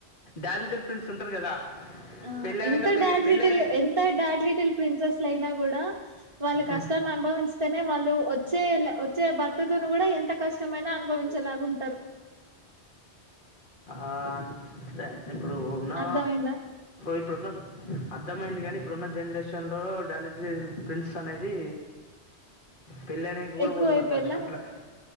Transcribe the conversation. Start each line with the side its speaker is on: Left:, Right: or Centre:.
Left: డాలిటిల్ ప్రిన్స్ ఉంటరు కదా
Right: ఆ
Left: పెళ్ళైనాక
Right: ఎంత
Left: పెళ్ళి
Right: డాడ్
Left: పెళ్ళైన
Right: లిటిల్ ఎంత డాడ్ లిటిల్ ప్రిన్సెస్లయినా గూడ వాళ్ళ కష్టాన్ని
Left: ఉమ్.
Right: అనుభవించితేనే వాళ్ళు వచ్చే వచ్చే భర్తతోను కూడా ఎంత కష్టమైనా అన్ అనుభవించేలాగుంటరు.
Left: ఆన్ తె ఇప్పుడు ఉన్నా
Right: అర్థమైందా
Left: ఇప్పుడున్న అర్థమైంది గని ఇప్పుడున్న జనరేషన్ లో డాలిటరీ ప్రిన్స్ అనేది పెళ్ళైనంక కూడ
Right: ఎక్కువైపోయేలా
Left: పోతున్నరు మరి అట్లా